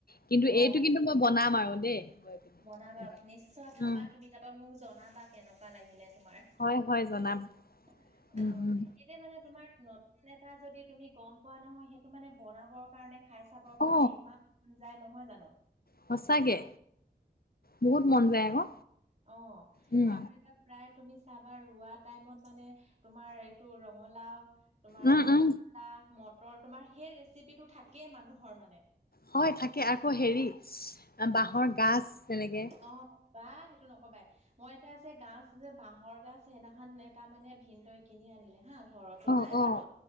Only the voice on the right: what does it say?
অ',
বনাবা
নিশ্চয় খাবা
তুমি তাৰাপা মোক জনাবা কেনেকুৱা লাগিলে তোমাৰ। অ',
এনে মানে তোমাৰ ন ইমান এটা যদি তুমি গম পোৱা নহয় সেইটো মানে বনাবৰ কাৰণে খাই চাবৰ কাৰণে
ইমান যাই নহয় জানো।
অ'
আৰু এতিয়া প্ৰায় তুমি চাবা ৰোৱা টাইমত মানে তোমাৰ এইটো ৰঙালাও তোমাৰ
পা মটৰ তোমাৰ সেই ৰেচিপিটো থাকেই মানুহৰ মানে
অ', বা সেইটো নকবাই মই এটা যে গছ যে বাহৰ গছ সেইদিনাখন এটা মানে ভিনদৈ কিনি আনিলে হা ঘৰতো
নাই বাৰু